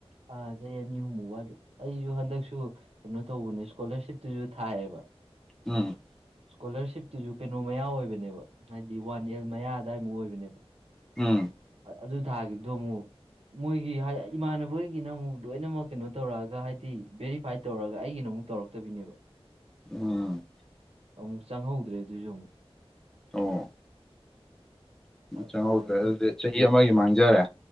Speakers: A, on the right; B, in the centre.
A: ꯑꯥ ꯆꯍꯤ ꯑꯅꯤ ꯑꯍꯨꯝꯃꯨꯛ ꯋꯥꯠꯂꯤ ꯑꯩꯁꯨ ꯍꯟꯗꯛꯁꯨ ꯀꯩꯅꯣ ꯇꯧꯕꯅꯦ ꯁꯀꯣꯂꯔꯁꯤꯞꯇꯨꯁꯨ ꯊꯥꯏꯑꯕ
B: ꯎꯝ
A: ꯁꯀꯣꯂꯔꯁꯤꯞꯇꯨꯁꯨ ꯀꯩꯅꯣ ꯃꯌꯥ ꯑꯣꯏꯕꯅꯦꯕ ꯍꯥꯏꯗꯤ ꯋꯥꯟ ꯌꯔ ꯃꯌꯥ ꯑꯗꯥꯏꯃꯨꯛ ꯑꯣꯏꯕꯅꯦꯕ
B: ꯎꯝ
A: ꯑꯗꯨ ꯊꯥꯈꯤꯕꯗꯣ ꯑꯃꯨꯛ ꯃꯣꯏꯒꯤ ꯏꯃꯥꯟꯅꯕꯣꯏꯒꯤꯅ ꯑꯃꯨꯛ ꯂꯣꯏꯅꯃꯛ ꯀꯩꯅꯣ ꯇꯧꯔꯛꯑꯒ ꯍꯥꯏꯗꯤ ꯚꯦꯔꯤꯐꯥꯏꯠ ꯇꯧꯔꯒ ꯑꯩꯒꯤꯅ ꯑꯃꯨꯛ ꯇꯧꯔꯛꯇꯕꯤꯅꯦꯕ
B: ꯎꯝ
A: ꯑꯃꯨꯛ ꯆꯪꯍꯧꯗ꯭ꯔꯦ ꯑꯗꯨꯖꯨ ꯑꯃꯨꯛ
B: ꯑꯣ
A: ꯐꯔꯛ
B: ꯆꯪꯍꯧꯗ꯭ꯔꯦ
A: ꯇꯥꯔꯦ ꯇꯧ
B: ꯑꯗꯨꯗꯤ ꯆꯍꯤ ꯑꯃꯒꯤ ꯃꯥꯡꯖꯔꯦ